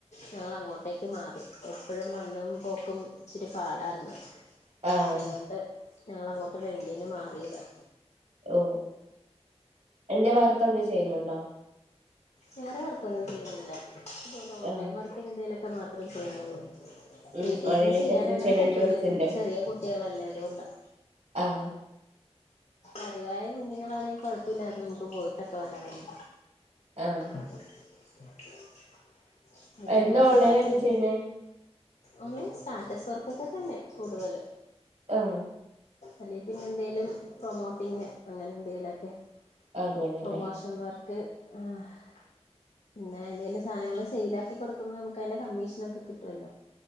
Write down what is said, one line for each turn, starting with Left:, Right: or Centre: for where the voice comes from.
Left: ഞങ്ങൾ അങ്ങോട്ടേക്ക് മാറി എപ്പോഴും വന്നും പോക്കും ഇച്ചിരി പാടായിരുന്നു
Right: ആഹ്
Left: അതുകൊണ്ട് ഞങ്ങള് അങ്ങോട്ട് റെന്റിന് മാറിയതാ
Right: ഓഹ് എന്റെ വർക്ക് എന്ത് ചെയ്യുന്നുണ്ടോ
Left: വേറെ വർക്കൊന്നും ചെയ്യുന്നില്ല ഇതുപോലെ ഓൺലൈൻ
Right: ആഹ്
Left: വർക് ഇന്തേലൊക്കെ മാത്രേ ചെയ്യുന്നുള്ളൂ
Right: ഉം
Left: വീട്ടിൽഇരുന്ന്
Right: ഓൺലൈനായിട്ട്
Left: ചെയ്യാൻ
Right: എന്താ
Left: അങ്ങനെ
Right: ചെയ്യണേ
Left: പറ്റുള്ളൂ
Right: ഡ്രസ്സിന്റോ
Left: ഇത് ചെറിയ കുട്ടികളല്ലേ അതുകൊണ്ടാ
Right: ആഹ്
Left: അറിവായ കുഞ്ഞുങ്ങളാണെങ്കിൽ കുഴപ്പില്ലരുന്നു നമുക്ക് പോയിട്ടൊക്കെ വരാർന്നു
Right: ആഹ്
Left: <inaudible> <inaudible> അതെങ്ങനെ
Right: എന്താ ഓൺലൈനായിട്ട്
Left: പറ്റാത്തോണ്ട്
Right: ചെയ്യണേ
Left: ഓൺലി സ്റ്റാറ്റസ് വർക്കൊക്കെ തന്നെ കൂടുതല്
Right: ആഹ്
Left: അല്ലെ പിന്നെ എന്തേലും പ്രൊമോട്ടിങ് അങ്ങനെ എന്തേലെക്കെ
Right: അങ്ങനെല്ലേ
Left: പ്രൊമോഷൻ വർക്ക് ആഹ് പിന്നെ ഏതേലും സാനങ്ങള് സെയിലാ ക്കി കൊടുക്കുമ്പോ നമുക്കയിന്റെ കമ്മീഷനെക്കെ കിട്ടുവല്ലോ